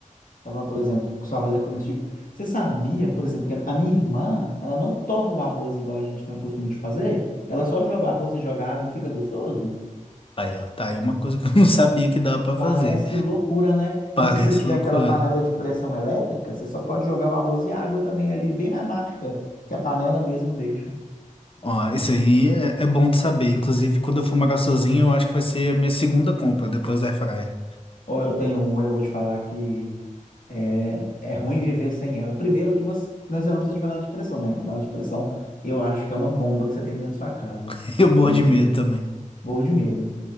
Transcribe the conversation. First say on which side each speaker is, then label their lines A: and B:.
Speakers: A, on the left (about 85°); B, on the left (about 40°).
A: Tá falando, por exemplo, que o seu arroz é comestível. Você sabia, por exemplo, que a minha irmã, ela não torra o arroz igual a gente tem o costume de fazer? Ela só joga o arroz e joga água e fica gostoso?
B: Aí, ó, tá aí uma coisa que <laughs> eu não sabia que dava pra
A: Parece
B: fazer.
A: loucura, né?
B: Parece
A: E se você tiver
B: loucura.
A: aquela panela de pressão elétrica, você só pode jogar o arroz e a água também ali, bem na marca, que a panela mesmo deixa.
B: Ó, isso aí é, é bom de saber. Inclusive, quando eu for morar sozinho, eu acho que vai ser a minha segunda compra depois da airfryer.
A: Ou eu tenho uma e eu vou te falar que É, é ruim viver sem ela. Primeiro que você, não, você não precisa de panela de pressão, né? Panela de pressão, eu acho que é uma bomba que você tem dentro da sua casa.
B: <laughs> Eu morro
A: E
B: de medo também.
A: morro de medo.